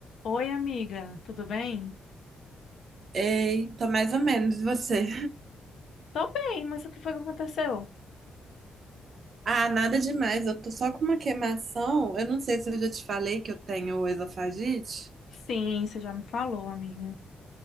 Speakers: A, on the left (about 65°); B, on the right (about 45°).
A: Oi, amiga, tudo bem?
B: Ei, tô mais ou menos, e você?
A: Tô bem, mas o que foi que aconteceu?
B: Ah, nada demais, eu tô só com uma queimação. Eu não sei se eu já te falei que eu tenho esofagite.
A: Sim, você já me falou, amiga.